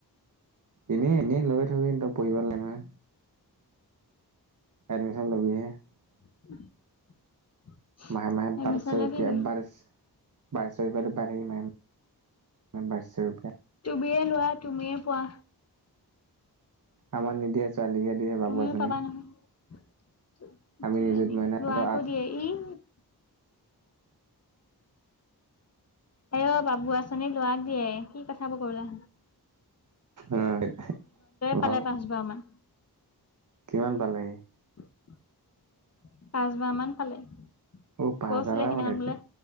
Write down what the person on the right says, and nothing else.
এনেই, -এনেই লৈ থবি পঢ়িব নেলাগে নহয়। এডমিশন ল'বিহে। <unintelligible>
মাহে-মাহে
বাৰশ ৰূপিয়া,
বাৰশ ৰূপিয়া, বাৰশ ৰূপিয়া।
আমাক নিদিয়ে। ছোৱালীক'হে দিয়ে, বাবু
আঁচনি
আমি নিজুত মইনা হঁতৰ
আঠ
অঁ ভাল।
কিমান পালে?
অহ, পাঁচ
হাজাৰ টকা
পালে, এতিয়া